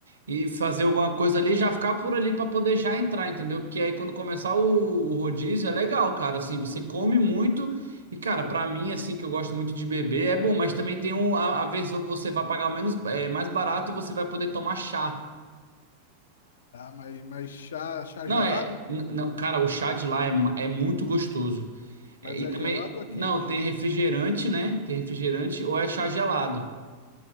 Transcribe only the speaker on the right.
e fazer alguma coisa ali, já ficar por ali para poder já entrar, entendeu? Porque aí quando começar o, o rodízio é legal, cara. Assim, você come muito. E, cara, pra mim, assim, que eu gosto muito de beber, é bom, mas também tem um, a, a versão que você vai pagar menos, é, mais barato e você vai poder tomar chá.
Não,
é. n- Não, cara, o chá de lá é, ma- é muito gostoso.
É, e
também.
Não,
tem refrigerante, né? Tem refrigerante ou é chá gelado.